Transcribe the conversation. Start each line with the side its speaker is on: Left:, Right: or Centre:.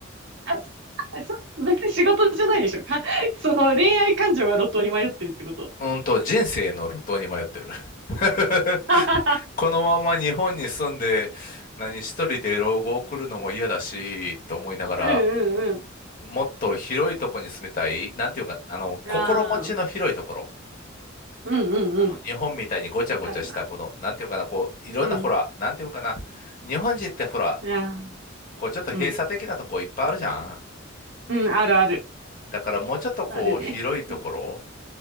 Right: <laughs> あ、そ別に仕事じゃないでしょ。か、<laughs> その恋愛感情が路頭に迷ってるってこと。
Left: うんと、人生の路頭に迷ってる。<laughs>
Right: <laughs>
Left: このまま日本に住んで、何一人で老後を送るのも嫌だし、と思いながら、
Right: うんうん
Left: もっと広いとこに住みたい。なんていうか、あの、
Right: うん。
Left: 心持ちの広いところ。
Right: ああ、うんうんうん。
Left: あの、日本みたいにごちゃごちゃした、
Right: わかるな。
Left: この、なんていうかな、こう、いろんな、
Right: うん。
Left: ほら、なんていうかな。日本人ってほら、
Right: いや、
Left: こう、ちょっと閉鎖的なとこいっぱいあるじゃん。
Right: うん。うん、あるある。
Left: だからもうちょっとこう広いところ、
Right: あるね。うん。